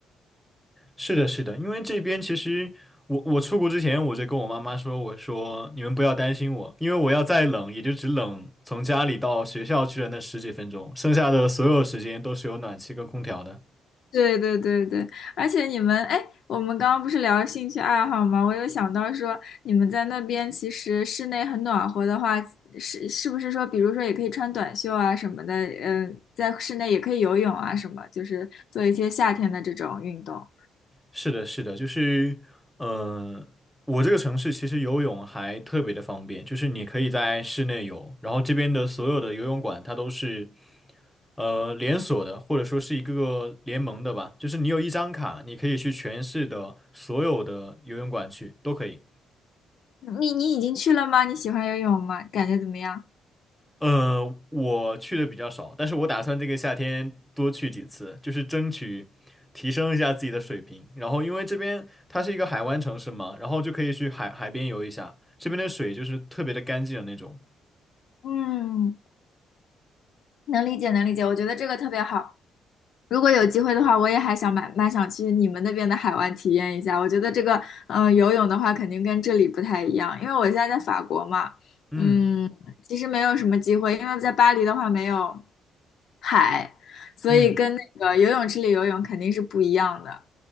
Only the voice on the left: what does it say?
对对对对，而且你们，哎，我们刚刚不是聊兴趣爱好吗？我有想到说，你们在那边其实室内很暖和的话，是是不是说，比如说也可以穿短袖啊什么的，嗯，在室内也可以游泳啊什么，就是做一些夏天的这种运动。
你你已经去了吗？你喜欢游泳吗？感觉怎么样？
嗯，能理解能理解，我觉得这个特别好。如果有机会的话，我也还想蛮蛮想去你们那边的海湾体验一下。我觉得这个，嗯、游泳的话肯定跟这里不太一样，因为我现在在法国嘛，
嗯，其实没有什么机会，因为在巴黎的话没有海，所以跟那个游泳池里游泳肯定是不一样的。